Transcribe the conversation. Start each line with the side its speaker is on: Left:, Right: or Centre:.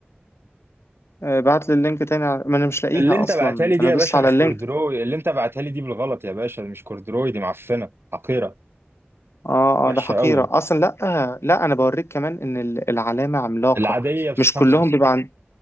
Left: آه بعت لي اللينك تاني ع- ما انا مش لاقيها
Right: اللي انت
Left: اصلا
Right: بعتها لي دي
Left: انا
Right: يا
Left: دوست
Right: باشا
Left: على
Right: مش
Left: اللينك
Right: كوردروي اللي انت بعتها لي دي بالغلط يا باشا مش كوردروي دي معفنه حقيره
Left: اه
Right: وحشة
Left: اه ده حقيره
Right: قوي
Left: اصلا لا آه لا انا بوريك كمان ان ال- العلامه عملاقه
Right: العادية بس
Left: مش
Right: خمسة
Left: كلهم بيبقى عن...